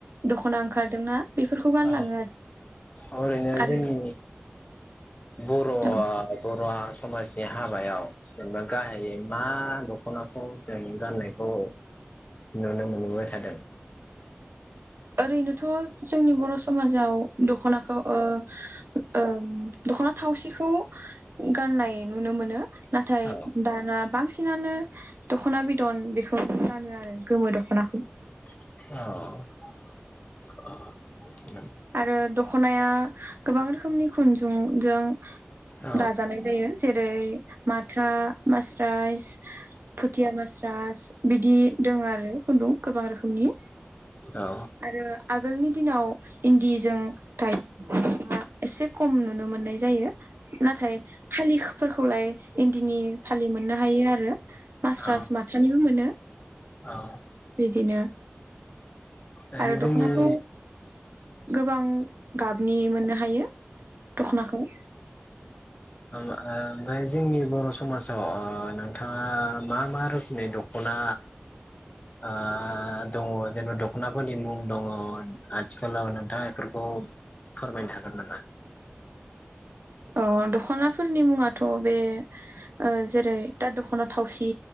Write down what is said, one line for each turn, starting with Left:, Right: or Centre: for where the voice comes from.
Right: दख'ना ओंखारदोंना बेफोरखौ गानलाङो
Left: औ ओरैनो
Right: आरो
Left: जोंनि बर'
Right: आरो
Left: बर' समाजनि हाबायाव जेनेबा गाहायै मा दख'नाखौ जों गाननायखौ नुनो मोनबोबाय थादों
Right: ओरैनोथ' जोंनि बर' समाजाव दख'नाखौ ओ ओ दख'ना थावसिखौ गाननाय नुनो मोनो नाथाय
Left: औ
Right: दाना बांसिन बांसिनानो दख'ना बिदन बेखौ गानो आरो गोमो दख'नाखौ
Left: अ
Right: आरो दखनाया गोबां रोखोमनि खुनदुंजों
Left: औ
Right: दाजानाय जायो जेरै माथा मासि प्राइस फुथिया मास्रास बिदि दं आरो खुन्दुं गोबां रोखोमनि
Left: औ
Right: आरो आगोलनि दिनाव इन्दिजों <unintelligible> एसे खम नुनो मोननाय जायो। नाथाय फालिखौ फोरखौलाय इन्दिनि फालि मोननो हायो आरो मास्रायस
Left: औ
Right: माथानिबो मोनो
Left: औ
Right: बिदिनो
Left: औ
Right: आरो
Left: जोंनि
Right: दख'नाखौ गोबां गाब नि मोननो हायो दखनाखौ
Left: ओ ओमफ्राय जोंनि बर' समाजाव ओ नोंथाङा मा मा रोखोमनि दख'ना ओ ओ दङ जेनबा दख'नाफोरनि मुं दङ आथिखालाव नोंथाङा बेफोरखौ फोरमायनो हागोन नामा
Right: अ दख'नाफोरनि मुङाथ' बे ओ जेरै दा दख'ना थावसि